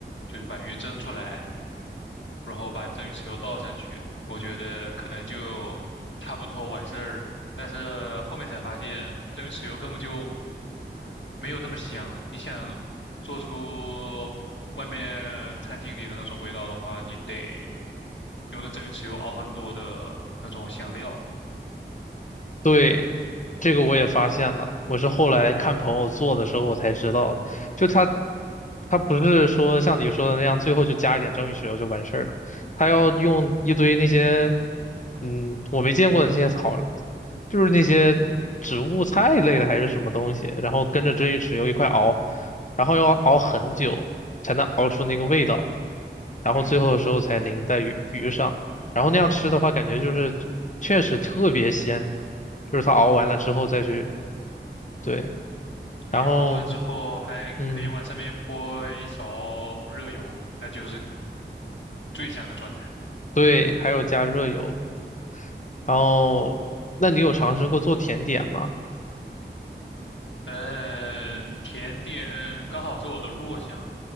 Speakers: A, on the left; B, on the left.
A: 就是把鱼蒸出来，然后把蒸鱼豉油倒上去，我觉得可能就差不多完事儿了但是后面才发现，蒸鱼豉油根本就没有那么香。你想做出外面餐厅里的那种味道的话，你得用那蒸鱼豉油熬很多的那种香料。
B: 对，这个我也发现了，我是后来看朋友做的时候我才知道的就他，他不是说像你说的那样，最后就加一点蒸鱼豉油就完事儿了，他要用一堆那些，嗯，我没见过的那些草，就是那些植物菜类的还是什么东西，然后跟着蒸鱼豉油一块熬，然后要熬很久才能熬出那个味道，然后最后的时候才淋在鱼鱼上。
A: 嗯，
B: 然后那样吃的话，感觉就是确实特别鲜，就是它熬完了之后再去，
A: 对，
B: 对，
A: 你熬完之后还可以往上面泼一勺热油，
B: 然后嗯，
A: 那就是最香的状态。
B: 对，还有加热油。然后，那你有尝试过做甜点吗？
A: 嗯，甜点刚好是我的弱项。